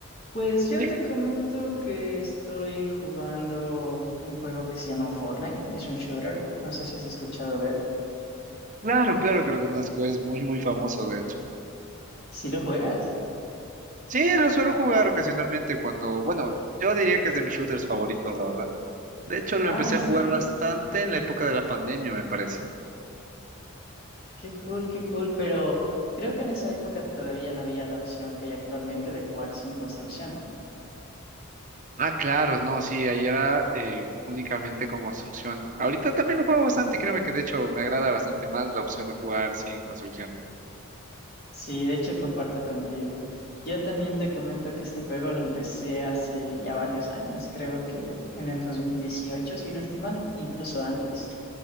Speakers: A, on the left; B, on the right.
A: Pues yo
B: Sí,
A: te comento que estoy jugando un juego que se llama Fortnite. Es un shooter. No sé si has escuchado de él.
B: claro, claro que lo conozco, es muy, muy famoso, de hecho.
A: ¿Sí lo juegas?
B: Sí, lo suelo jugar ocasionalmente cuando, bueno, yo diría que es de mis shooters favoritos, la verdad. De hecho, lo
A: Ah,
B: empecé
A: ¿en
B: a
A: serio?
B: jugar bastante en la época de la pandemia, me parece.
A: Qué cool, qué cool. Pero creo que en esa época todavía no había la opción que hay actualmente de jugar sin construcción.
B: Ah, claro, no, sí, ayer era eh, únicamente con construcción. Ahorita también lo juego bastante, créeme que de hecho me agrada bastante más la opción de jugar sin construcción.
A: Sí, de hecho comparto contigo. Yo también te comento que este juego lo empecé hace ya varios años, creo que en el 2018, si no estoy mal, incluso antes.